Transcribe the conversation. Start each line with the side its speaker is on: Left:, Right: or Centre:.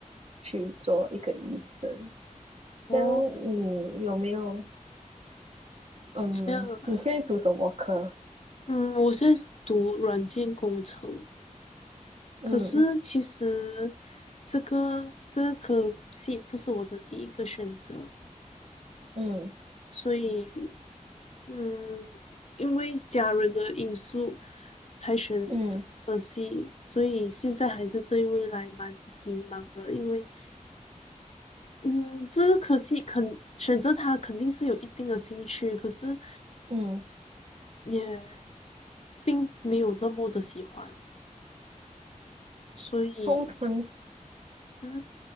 Right: 去做一个医生。
Left: 哦，
Right: 像你有没有？嗯，
Left: 这样啊。
Right: 你现在读什么科？
Left: 嗯，我现在是读软件工程，
Right: 嗯。
Left: 可是其实这个这个科系不是我的第一个选择，
Right: 嗯
Left: 所以嗯，因为家人的因素才选这个科系，
Right: 嗯
Left: 所以现在还是对未来蛮迷茫的，因为。嗯，这个科系肯选择它肯定是有一定的兴趣，可是
Right: 嗯，
Left: 也并没有那么的喜欢，所以
Right: 通常
Left: 嗯，